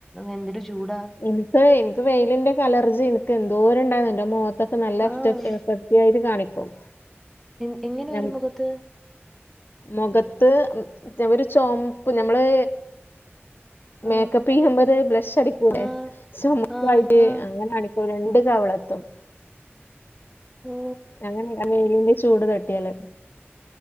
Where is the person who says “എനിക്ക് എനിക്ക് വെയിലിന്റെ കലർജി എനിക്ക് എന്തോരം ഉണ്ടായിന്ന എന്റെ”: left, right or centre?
Left